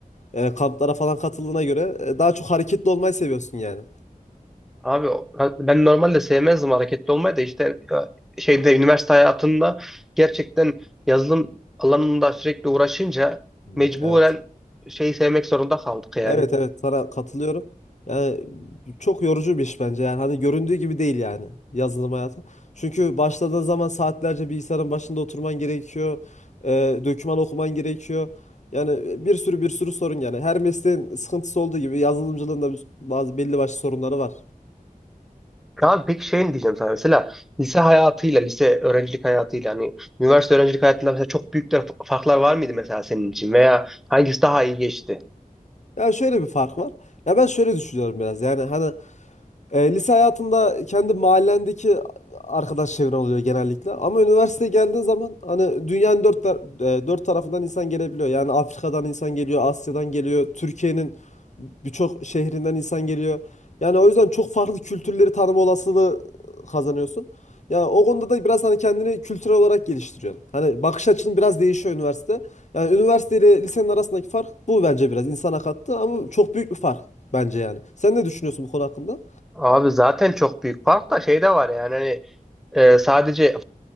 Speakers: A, on the left; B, in the centre.
A: E, kamplara falan katıldığına göre e, daha çok hareketli olmayı seviyorsun yani.
B: Abi o- ben normalde sevmezdim hareketli olmayı da işte e, şeyde üniversite hayatında gerçekten yazılım alanında sürekli uğraşınca
A: Hmm,
B: mecburen
A: Evet.
B: şeyi sevmek zorunda kaldık yani.
A: Evet evet sana katılıyorum. Yani çok yorucu bir iş bence. Yani hani göründüğü gibi değil yani yazılım hayatı. Çünkü başladığın zaman saatlerce bilgisayarın başında oturman gerekiyor. E, döküman okuman gerekiyor. Yani e, bir sürü bir sürü sorun yani. Her mesleğin sıkıntısı olduğu gibi yazılımcılığın da bazı belli başlı sorunları var.
B: Abi peki şey diyeceğim sana mesela lise hayatıyla lise öğrencilik hayatıyla hani üniversite öğrencilik hayatında mesela çok büyük de fa- farklar var mıydı mesela senin için veya hangisi daha iyi geçti?
A: Ya şöyle bir fark var. Ya ben şöyle düşünüyorum biraz. Yani hani e, lise hayatında kendi mahallendeki arkadaş çevren oluyor genellikle. Ama üniversiteye geldiğin zaman hani dünyanın dört, tar- e, dört tarafından insan gelebiliyor. Yani Afrika'dan insan geliyor, Asya'dan geliyor, Türkiye'nin Birçok şehrinden insan geliyor. Yani o yüzden çok farklı kültürleri tanıma olasılığı kazanıyorsun. Ya o konuda da biraz hani kendini kültürel olarak geliştiriyorsun. Hani bakış açın biraz değişiyor üniversite. Yani üniversite ile lisenin arasındaki fark bu bence biraz insana kattı ama çok büyük bir fark bence yani. Sen ne düşünüyorsun bu konu hakkında?
B: Abi zaten çok büyük fark da şey de var yani hani e, sadece